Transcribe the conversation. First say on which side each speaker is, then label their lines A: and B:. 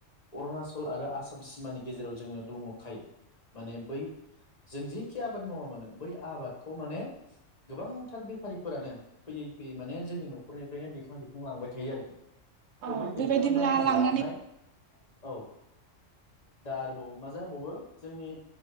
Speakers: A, on the left; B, on the right.
A: अरुणाचल आरो आसाम सिमानि गेजेराव जोङो दङखाय माने बै जों जि एखे आबाद मावा मानो बै आबादखौ माने गोबांथार बेफारिफोरानो फैयै फैयै माने जोंनि न'खरनिफ्रायनो दैखां दैखां लांबाय थायो आरोखि। थ'
B: औ
A: बै दैखांनानै
B: बेबायदिब्ला लांनानै
A: लांनाय औ दा आरोबाव मा जाबावो जोंनि